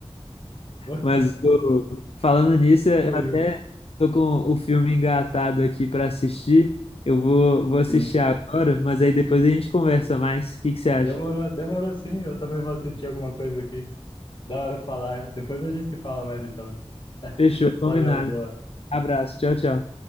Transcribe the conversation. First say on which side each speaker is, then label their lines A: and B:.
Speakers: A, on the left; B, on the left.
A: Você
B: mas o- falando nisso,
A: destruiu.
B: eu até tô com o filme engatado aqui para assistir. Eu vou, vou assistir
A: Sim.
B: agora, mas aí depois a gente conversa mais. O que que você acha?
A: Demorou, demorou sim. Eu também vou assistir alguma coisa aqui. Da hora falar. Depois a gente se fala mais então. <laughs>
B: Fechou, combinado.
A: Valeu, boa.
B: Abraço, tchau, tchau.